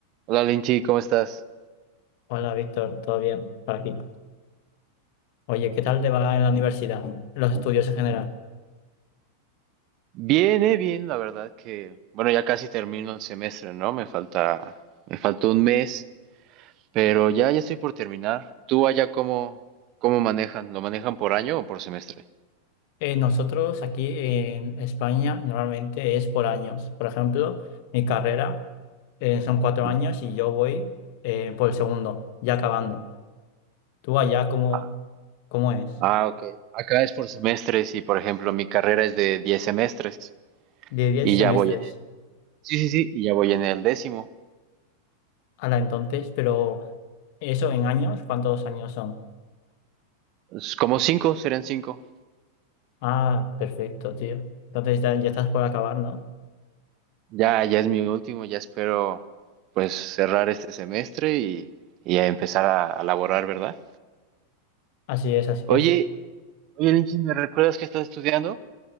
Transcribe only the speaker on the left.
Hola Víctor, ¿todo bien? Por aquí. Oye, ¿qué tal te va en la universidad? Los estudios en general.
Eh, nosotros aquí en España normalmente es por años. Por ejemplo, mi carrera eh, son cuatro
años y yo voy eh, por el segundo, ya acabando. Tú allá, ¿cómo,
cómo es?
De diez
semestres.
la entonces, pero eso en años, ¿cuántos años son?
Ah, perfecto, tío. Entonces ya, ya estás por acabar, ¿no?
Así es, así
es.